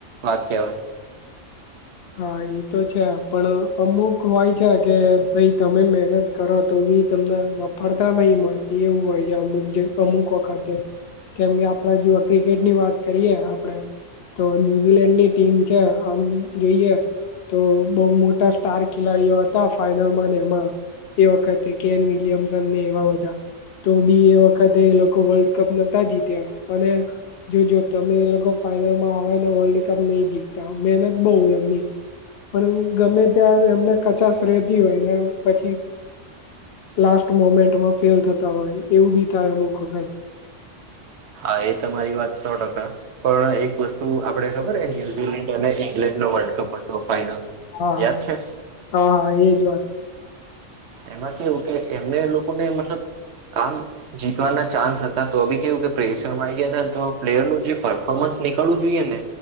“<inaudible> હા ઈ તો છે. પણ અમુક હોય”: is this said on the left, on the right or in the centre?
Left